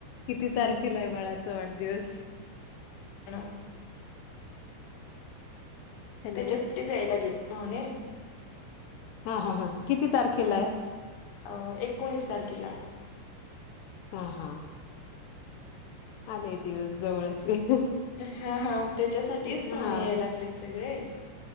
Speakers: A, on the left (about 80°); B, on the left (about 75°).
A: किती
B: हम्म.
A: तारखेला आहे बाळाचा वाढदिवस?
B: न <inaudible>
A: हॅलो
B: त्याच्यासाठी यायला लागलेत पाहुणे.
A: हा हा हा. किती तारखेला
B: हम्म,
A: आहे?
B: अ एकोणीस तारखेला.
A: हा हा आले दिवस जवळचे नाही?
B: हा हा त्याच्यासाठीच
A: हा
B: पाहुणे याय लागलेत सगळे.